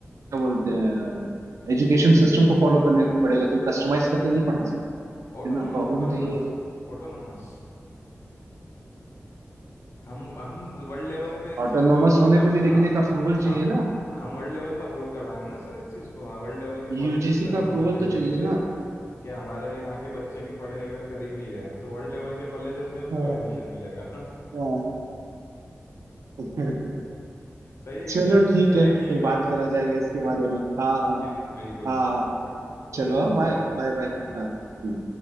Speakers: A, on the right; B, on the left.
A: बोलते हैं एजुकेशन सिस्टम को फॉलो करने पड़ेगा तुम कस्टमाइज करके नहीं पढ़ा सकते
B: Autonomous
A: ना प्रॉब्लम
B: autonomous
A: तो ये है
B: autonomous हम हम वर्ल्ड लेवल पे इस
A: ऑटोनॉमस
B: चीज को अप्रूव
A: होने
B: कर
A: पे भी लेकिन
B: आ,
A: एक अप्रूवल
B: आ,
A: चाहिए ना
B: हम वर्ल्ड लेवल पे अप्रूव करवाएंगे ना सर इस चीज को हाँ, वर्ल्ड लेवल के कॉलेजेस
A: यूजीसी
B: से अप्रूवल
A: का अप्रूवल
B: लेंगे
A: तो चाहिए
B: कि
A: ना
B: कि हमारे यहाँ के बच्चे की पढ़ाई अगर करी हुई है तो वर्ल्ड लेवल के कॉलेजेस में उसको
A: हाँ
B: एडमिशन मिलेगा
A: हाँ <laughs>
B: <laughs> सही है कि
A: चलो
B: नहीं
A: ठीक
B: चलिए
A: है फिर
B: ठीक है
A: बात करा जाएगा इसके बारे
B: हाँ,
A: में हाँ हाँ
B: बिल, बिल्कुल
A: हाँ
B: बिल्कुल ठीक है
A: चलो
B: ओके
A: हाँ बाय
B: Bye bye
A: बाय बाय
B: हाँ
A: हाँ हम्म।